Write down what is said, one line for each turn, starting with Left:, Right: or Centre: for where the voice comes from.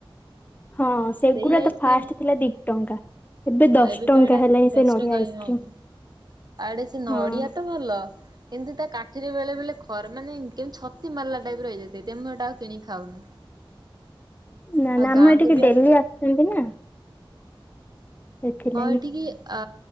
Left: ହଁ ସେଗୁଡା
Right: ସେଇ ଆଇସ୍କ୍ରିମ
Left: ତ ଫାଷ୍ଟ ଥିଲା ଦି ଟଙ୍କା।
Right: ହଁ
Left: ଦଶ
Right: ଏବେ
Left: ଟଙ୍କା
Right: ପା ହେଟା
Left: ହେଲାଣି
Right: ଦଶ
Left: ସେ ନଡିଆ
Right: ଟଙ୍କା
Left: ଆଇସ୍କ୍ରିମ
Right: ହଁ ଆଡେ ସେ ନଡିଆ
Left: ହଁ
Right: ତ ଭଲ କିନ୍ତୁ ତା କାଠିରେ ବେଳେ ବେଳେ ଖର୍ ମାନେ କେମିତି ଛତି ମାରିଲା ଟାଇପର ହେଇଯାଇଥାଏ, ତେଣୁ ମୁଁ ହେଟା କିଣିକି ଖାଉନି।
Left: ନା
Right: ଆଉ
Left: ନା ଆମେ
Right: ଗାଁକୁ
Left: ଏଠିକି
Right: ବି
Left: ଡେଲି
Right: ଆ
Left: ଆସନ୍ତି ନା ସେଥିଲାଗି।
Right: ହଁ ଏଠିକି ଆ